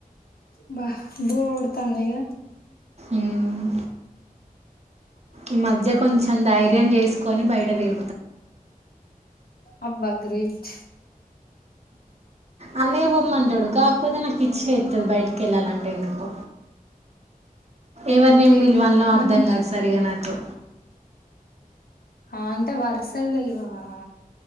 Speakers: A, on the left (about 80°); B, on the right (about 45°).
A: బ్బ బో కొడ్తాందిగ
B: ఉమ్. ఈ మధ్య కొంచెం ధైర్యం జెసుకొని బయట తీర్
A: అబ్బా గ్రేట్
B: అన్నయ్య పోమ్మంటడు కాకపోతే నాక్ పిచ్చి లేత్తది బయటికేళ్ళాలంటే ఎందుకో
A: ఎందుకే
B: ఎవరినేం పిల్వాల్నో అర్థం
A: బన్నీ
B: గాద్ సరిగా నాకు
A: ఆ అంత వర్సల్ తెల్వవా